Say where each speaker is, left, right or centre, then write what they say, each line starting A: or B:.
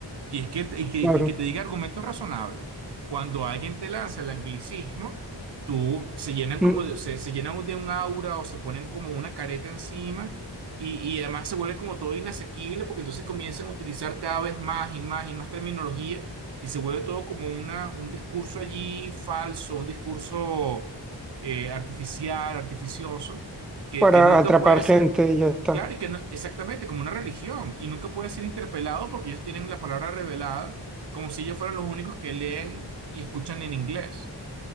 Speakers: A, on the right (about 65°); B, in the centre.
A: Y, es que, te- y, que,
B: Claro.
A: y que te diga argumentos razonables. Cuando alguien te lanza el anglicismo, tú se llenan
B: mm,
A: como de, se, se llenan de un aura o se ponen como una careta encima y, y además se vuelve como todo inasequible porque entonces comienzan a utilizar cada vez más y más y más terminología y se vuelve todo como una, un discurso allí falso, un discurso eh, artificial, artificioso, que,
B: para
A: que nunca
B: atrapar
A: puede
B: gente
A: ser.
B: y ya está.
A: Claro, y que no- exactamente como una religión, y nunca puede ser interpelado porque ellos tienen la palabra revelada, como si ellos fueran los únicos que leen y escuchan en inglés.